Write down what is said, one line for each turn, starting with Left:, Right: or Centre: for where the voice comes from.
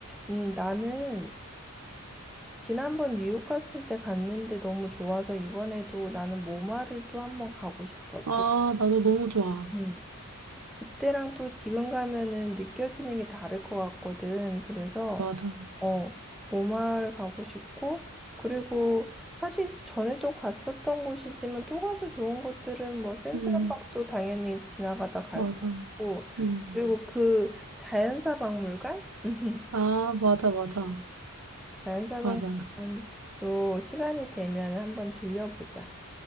Centre: 음, 나는 지난번 뉴욕 갔을 때 갔는데 너무 좋아서 이번에도 나는 모마를 또 한번 가고 싶어.
Right: 아,
Centre: 또.
Right: 나도 너무 좋아.
Centre: 음. 그때랑 또 지금 가면은 느껴지는 게 다를 것 같거든. 그래서
Right: 맞아.
Centre: 어, 모마를 가고 싶고, 그리고 사실 전에 또 갔었던 곳이지만 또 가도 좋은 곳들은 뭐 센트럴park도
Right: 음,
Centre: 당연히 지나가다 갈
Right: 맞아.
Centre: 것 같고,
Right: 음.
Centre: 그리고 그 자연사 박물관? <laughs>
Right: 아, 맞아, 맞아.
Centre: 자연사
Right: 맞아.
Centre: 박물관도 시간이 되면 한번 들려보자.